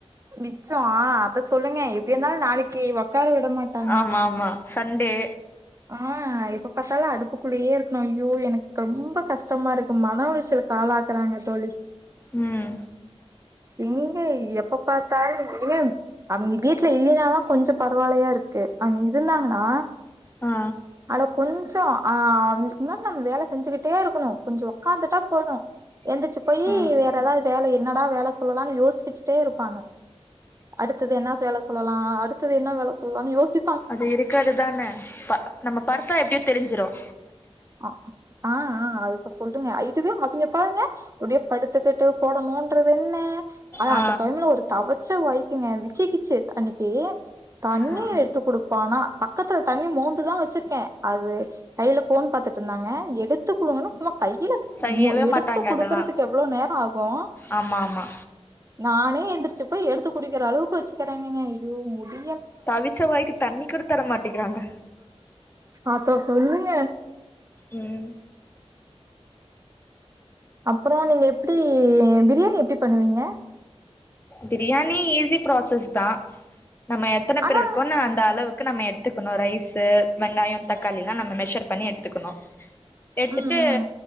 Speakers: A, on the right; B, on the left.
A: மிச்சம் ஆ அத சொல்லுங்க எப்படி இருந்தாலும் நாளைக்கு உக்கார விட மாட்டாங்க
B: ஆமா ஆமா சண்டே
A: ஆஹ் எப்ப பார்த்தாலும் அடுப்புக்குள்ளேயே இருக்கணும் ஐயோ எனக்கு ரொம்ப கஷ்டமா இருக்கு மன உளச்சலுக்கு ஆளாக்குறாங்க தோழி
B: உம்
A: எங்க எப்ப பார்த்தாலும் அவுங்க வீட்டுல இல்லைனாதான் கொஞ்சம் பரவாயில்லையா இருக்கு அங்க இருந்தாங்கன்னா
B: ஆ
A: அட கொஞ் சம் அஹ் அவுங்களுக்கு முன்னாடி நம்ம வேலை செஞ்சுக்கிட்டே இருக்கணும் கொஞ்சம் உட்க்காந்துட்டா போதும் எந்திரச்சி போய்
B: ஆ
A: வேற ஏதாவது வேலை என்னடா வேலை சொல்லலாம்னு யோ யோசிச்சட்டே இருப்பாங்க அடுத்தது என்ன சேலை சொல்லலாம் அடுத்தது என்ன வேலை சொல்லலனு யோசி
B: அது இருகாதுகிறது தானே இப்ப நம்ம படுத்தா எப்படியும் தெரிஞ்சிரும்
A: ஆ ஆஹ் ஆஹ் அதுதான் சொல்லுங்க இதுவே அவுங்க பாருங்க அப்படியே படுத்துக்கிட்டு போடணுநோண்டுறது என்ன அதான்
B: ஆ
A: அந்த டைம்ல ஒரு தவச்ச வாயிக்கு தீ கிச்சு அனைக்கு தண்ணிய
B: ஆ ம்
A: எடுத்து கொடு போனா பக்கத்துல தண்ணி மோந்துதான் வச்சிருக்கேன் அது கையில போன் பார்த்துட்டு இருந்தாங்க எடுத்து த்து கொடுங்க சம்மா கையில
B: செய்யவே
A: எடுத்து
B: மாட்டாங்க
A: கொடுக்கறதுக்கு
B: அதெல்லா
A: எவ்வளோ நேரம் ஆகும்
B: ஆமா ஆமா
A: நானே எந்திரச்சு அப்ப எடுத்து குடிக்கிற அளவுக்கு வச்சுக்கறாங்க ஐயோ முடி
B: தவிச்ச வாய்க்கு தண்ணி கூட தர மாட்ட க்கிறாங்க
A: அத சொல்லுங்க
B: உம்
A: அப்புறம் நீங்க எப்படி பிரியாணி எப்படி பண்ணுவீங்க
B: பிரியாணி ஈசியா பிரசாஸ் தான் நம்ம எத்தன
A: ஆனா
B: பேர் இருக்கோம்னு அந்த அளவுக்கு நம்ம எடுத்துக்கணும் ரைஸு வெங்காயம் தக்காளி எல்லாம் நம்ம மெஷர் பண்ணி எடுத்துக்கணும் எடுத்துட்டு
A: ம் ம்